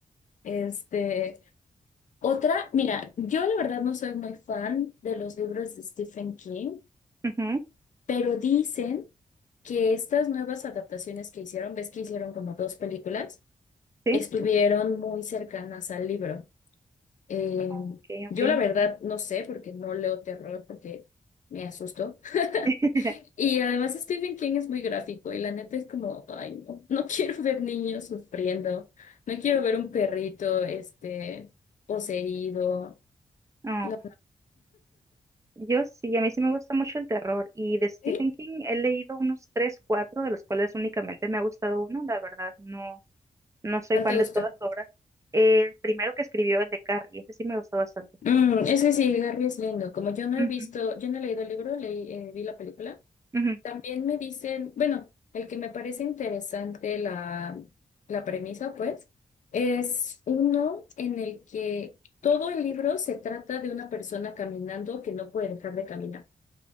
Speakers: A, on the left; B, on the right.
A: Este, Otra, mira, yo la verdad no soy muy fan de los libros de Stephen King,
B: Ujú,
A: pero dicen que estas nuevas adaptaciones que hicieron, ves que hicieron como dos películas,
B: sí,
A: estuvieron muy cercanas al libro. Eh,
B: ok, ok.
A: yo la verdad no sé porque no leo terror porque me asusto. <laughs>
B: <laughs>
A: Y además Stephen King es muy gráfico y la neta es como, ay, no, no <laughs> quiero ver niños sufriendo, no quiero ver un perrito, este, poseído.
B: Oh,
A: No,
B: yo sí, a mí sí me gusta mucho el terror y de Stephen
A: ¿sí?
B: King he leído unos tres, cuatro, de los cuales únicamente me ha gustado uno, la verdad, no, no soy
A: ¿Cuál
B: fan
A: te gustó?
B: de todas sus obras. El primero que escribió, el de Carrie, ese sí me gustó bastante.
A: Mm, es que sí, Garry es lindo. Como yo no
B: Ujú,
A: he visto, yo no he leído el libro, leí, eh, vi la película.
B: ujú.
A: También me dicen, bueno, el que me parece interesante la, la premisa, pues, es uno en el que todo el libro se trata de una persona caminando que no puede dejar de caminar.